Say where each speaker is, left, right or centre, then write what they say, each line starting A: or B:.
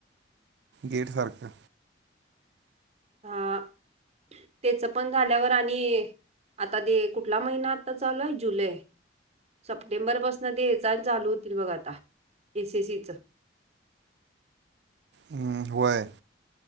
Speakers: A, on the right; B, on the right.
A: गेट सारक
B: हा त्याच पण झाल्यावर आणि आता ते कुठला महिना आता चालूय जुलै सप्टेंबरपासून ते हेच आणि चालू होतील बघ आता एस एस सी चं.
A: हम वय.